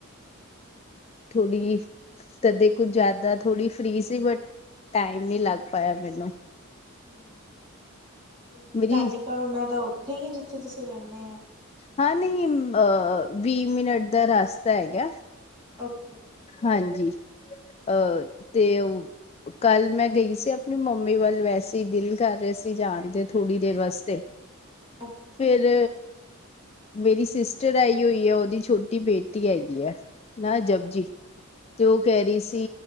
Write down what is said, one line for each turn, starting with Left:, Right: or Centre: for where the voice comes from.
Right: ਓਕੇ।
Left: ਥੋੜੀ ਕਦੇ ਕੁਝ ਜਾਦਾ ਥੋੜ੍ਹੀ ਫਰੀ ਸੀ ਬਟ, ਟਾਈਮ ਨੀ ਲੱਗ ਪਾਇਆ ਮੈਨੂੰ
Right: ਹੂੰ, ਤੇ
Left: ਮੇਰੀ
Right: ਨਾਨੀ ਘਰ ਉਨਾਂ ਦਾ ਉੱਥੇ ਈ ਐ ਜਿੱਥੇ ਤੁਸੀਂ ਰੈਨੇ ਆ?
Left: ਹਾਂ ਨਈ, ਅ ਵੀ ਮਿਨਟ ਦਾ ਰਸਤਾ ਹੈਗੈ।
Right: ਓਕੇ।
Left: ਹਾਂਜੀ, ਅ ਤੇ ਉ ਕੱਲ ਮੈਂ ਗਈ ਸੀ ਆਪਨੀ ਮੰਮੀ ਵੱਲ ਵੈਸੇ ਈ ਦਿਲ ਕਰ ਰਿਆ ਸੀ ਜਾਨ ਤੇ ਥੋੜ੍ਹੀ ਦੇਰ ਵਾਸਤੇ
Right: ਓਕੇ ਓਕੇ
Left: ਫੇਰ ਮੇਰੀ ਸਿਸਟਰ ਆਈ ਹੋਈ ਐ ਉਦੀ ਛੋਟੀ ਬੇਟੀ ਆਈ ਐ ਨਾਂ ਐ ਜਪੁਜੀ। ਤੇ ਉ ਕੈ
Right: ਠੀਕ
Left: ਰੀ ਸੀ